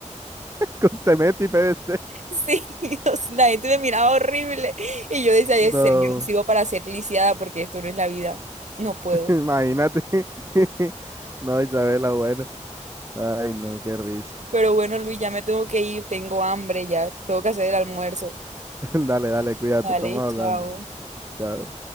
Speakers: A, on the right; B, on the right.
A: Con cemento y PVC.
B: Sí, <laughs> o sea, la gente me miraba horrible y yo decía, "Ay,
A: No,
B: ser, yo no sirvo para ser lisiada porque esto no es la vida, no puedo.
A: <laughs> imagínate. <laughs> No, Isabela, bueno. Ay, no, qué risa.
B: Pero bueno, Luis, ya me tengo que ir, tengo hambre, ya tengo que hacer el almuerzo.
A: <laughs> Dale, dale, cuídate,
B: Dale,
A: estamos hablando.
B: chao.
A: Chao.